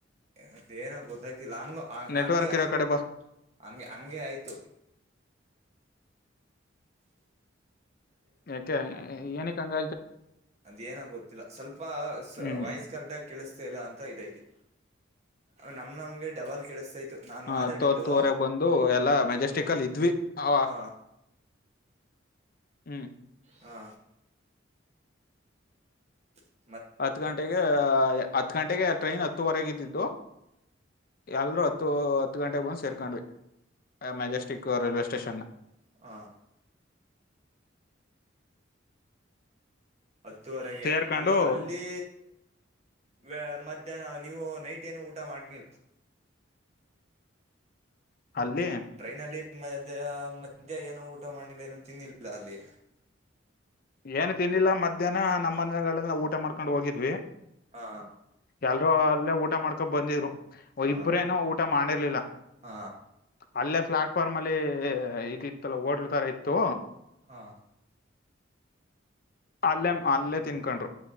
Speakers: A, on the right (about 35°); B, on the left (about 50°).
A: ಅದೇನೋ ಗೊತ್ತಾಗ್ತಿಲ್ಲ ಹಂಗ
B: ನೆಟ್ವರ್ಕ್
A: ಹಂಗೆ ಆಯ್ತು
B: ಇರೋ ಕಡೆ ಬಾ
A: ಹಗೆ ಹಂಗೆ ಆಯ್ತು.
B: ಯ ಏಕೆ ಏನ ಸಂಗ
A: ಅದೇಏನ ಗೊತ್ತಿಲ್ಲ ಸ್ವಲ್ಪ
B: ಹ್ಮ್
A: ವಾಯ್ಸ್ ಕರೆಕ್ಟ್ ಆಗ ಕೇಳಿಸ್ತ ಇಲ್ಲ ಅಂತ. ಯ್ತು ನಮ್ ನಮ್ಗೆ ಡಬಲ್ ಕೆೇಳಿಸ್ತಾ ಇತ್ತು. ನಾನ್
B: ಹತ್ತೊತ್ತುವರೆಗೆ
A: ಮಾತಾಡಿದ್ದು
B: ಬಂದು ಎಲ್ಲಾ ಮೆಜೆಸ್ಟಕ್ಲ್ ಇದ್ವಿ ಅವ.
A: ಹ
B: ಹ್ಮ್
A: ಹಾ <unintelligible>
B: ಹತ್ತು ಗಂಟೆಗೆ ಹತ್ ಗಂಟೆಗೆ ಟ್ರೈನ್ ಹತ್ತುವರೆಗೆ ಇದಿದ್ದು. ಎಲ್ರೂ ಹತ್ತು ಹತ್ತು ಗಂಟೆಗೆ ಬಂದ್ ಸೇರ್ಕೊಂಡ್ವಿ, ಮೆಜೆಸ್ಟಿಕ್ ರೈಲ್ವೆಟ ಸ್ಟೇಷನ್
A: ಹಾ ಹತ್ತೂುವರೆಗೆ
B: ಸೇರ್ಕೊಂಡು
A: ಅಲ್ಲ್ ಅಲ್ಲಿ ವ ಮಧ್ಯಾಹ್ನ ನೀವು ನೈಟ್ ಏನು ಊಟ ಮಾಡನಿಲ್ಲ
B: ಅಲ್ಲಿ
A: ಟ್ರೈನ್ ಅಲ್ಲಿ ಮದ ಮಧ್ಯ್ಯಾ ಏನೋ ಊಟ ಮಾಡ್ಿಲ್ಲ ಏನೋ ತಿನ್ನಿಲ್ಲ ಅಲ್ಲಿ
B: ಏನು ತಿನ್ನಿಲ್ಲ ಮಧ್ಯಾಹ್ನ ನಮ್ಮ ಮನೆಗಳೆಲ್ಲ ಊಟ ಮಾಡ್ತಾರೆ ಕೊಂಡು ಹೋಗಿದ್ವಿ
A: ಹಾ
B: ಎಲ್ರೂ ಅಲ್ಲೇ ಊಟ ಮಾಡ್ಕೊಂಡ ಬಂದಿದ್ರು
A: ಹ
B: ಇಬ್ರೇನೋ ಊಟ ಮಾಡಿರ್ಲಿಲ್ಲ
A: ಹ
B: ಅಲ್ಲೇ ಫ್ಲಾಟ್ ರ್ಮಲ್ಲಿ ಇದು ಇತ್ತಲ್ಲ ಹೋಟ್ಲು ತರ ಇತ್ತು
A: ಹಾ
B: ಅಲ್ಲೇ ಅಲ್ಲೇ ತಿನ್ಕೊಂಡರು